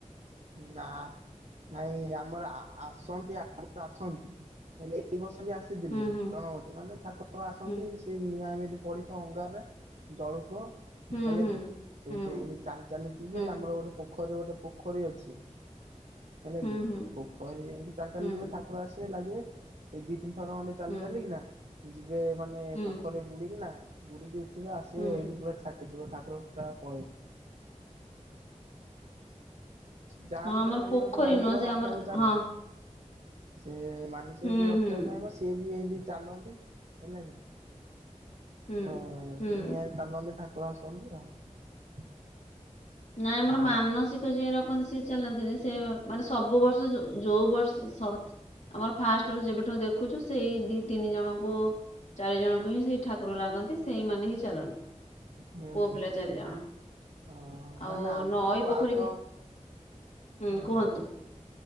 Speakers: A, on the right (about 75°); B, on the left (about 65°).
A: ନା ନାଇଁ ଆମର ଆସନ୍ତି ଆ ଆସନ୍ତି ହେଲେ ଏଇ ବର୍ଷ ବି ଆସ
B: ହୁଁ ହୁଁ
A: ଗଣବଟି ମାନେ ଠାକୁର ଆସନ୍ତି।
B: ହୁଁ
A: ସେ ନିଆଁ ଏମିତି ପଡିଥିବ ଅଙ୍ଗାରରେ ଜଳୁଥିବ।
B: ହୁଁ
A: ହେଲା
B: ହୁଁ
A: କି ସେଇଥି
B: ହୁଁ।
A: ଏମତି ଚାଲି ଚାଲି ଯିବେ
B: ହୁଁ
A: ଆମର ଗୋଟେ ପୋଖରୀରେ ଗୋଟେ ପ ପୋଖରୀ ଅଛି ହେଲା
B: ହୁଁ
A: କି
B: ହୁଁ
A: ପୋଖରୀ ଏମିତି ଚାଲି ଚାଲି
B: ହୁଁ
A: ଯିବ ଠାକୁର ଆସିବେ ଲାଗିବେ ଏଇ ଦି ତିନ ଥର ଖଣ୍ଡେ ଚାଲି
B: ହୁଁ
A: ଚାଲିଲ କି ନା ଯିବେ ମାନେ
B: ହୁଁ
A: ପୋଖରରେ
B: ହୁଁ
A: ବୁଡିକି ନା ବୁଡିକି ଉଠିବେ ଆସିବେ
B: ହଁ
A: ଏଇଠୁ ପୁରା ଛା ଯିବ ଠାକୁର ଟା ପଳେଇବ ଯାହା ବି
B: ଆମର ପୋଖରୀ
A: ଗୋଟେ ମାନସିକ
B: ନୁହଁ ସେ
A: ରଖିବାକୁ
B: ଆମର
A: ଚାହିବ।
B: ହଁ
A: ସେ ମାନସିକ
B: ହୁଁ
A: ଯିଏ ରଖିବାକୁ
B: ହୁଁ
A: ଚାହିଁବ ସିଏ ବି ଏମତି ଚାଲନ୍ତି ହେଲା କି
B: ହୁଁ
A: ହଁ
B: ହୁଁ
A: ସେ ନି ଚାଲନ୍ତି ଠାକୁର ଆସନ୍ତି ଆଉ
B: ନାଇଁ ଆମର
A: ଆ
B: ମାନସିକ ଯିଏ ରଖନ୍ତି ସିଏ ଚାଲନ୍ତିନି ସେ ମାନେ ସବୁ ବର୍ଷ ଯୋଉ ବର୍ଷ ଆମର ଫାଷ୍ଟରୁ ଯେବେଠୁ ଦେଖୁଛୁ ସେଇ ଦି ତିନି ଜଣଙ୍କୁ ଚାରି ଜଣଙ୍କୁ ହିଁ ସେଇ ଠାକୁର ଲାଗନ୍ତି ସେଇମାନେ ହିଁ ଚାଲନ୍ତି
A: ହୁଁ
B: ପୁଅ
A: ହୁଁ
B: ପିଲା ଚାରିଜଣ।
A: ଅ
B: ଆଉ
A: ମାନେ ଆଗରୁ
B: ନଈ ପୋଖରୀ
A: ଆଗ
B: କି ହୁଁ
A: ହଁ
B: କୁହନ୍ତୁ?